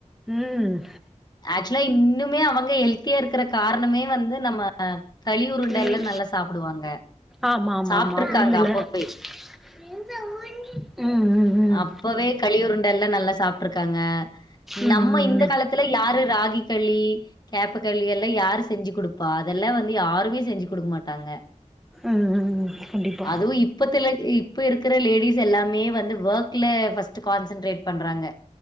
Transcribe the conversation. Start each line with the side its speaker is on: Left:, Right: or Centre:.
Centre: ம்
Left: ஆக்சுலா இன்னுமே அவங்க ஹெல்த்தியா இருக்குற கார்ணமே வந்து நம்ம அ களி உருண்டல்லா
Centre: ம்
Left: நல்லா சாப்புடுவாங்க
Centre: ஆமா ஆமா
Left: சாப்ட்ருக்காங்க
Centre: ஆமா உளுந்துல
Left: அப்போவே
Centre: ம் ம் ம்
Left: அப்பவே களி உருண்டெல்லா நல்லா சாப்ட்ருக்காங்க
Centre: ம் ம்
Left: நம்ம இந்த காலத் துலே யாரு ராகி களி கேப்ப களி எல்லா யாரு செஞ்சு குடுப்பா அதெல்லா வந்து யாருமே செஞ்சு குடுக்கு மாட்டாங்க
Centre: ம் ம் ம் ம் கண்டிப்பா
Left: அது இப்பத்துல இப்ப இருக்குற லேடிஸ் எல்லாமே வந்து ஒர்க்ல ஃபஸ்ட்டு கான்சன்ட்ரேட் பண்றாங்க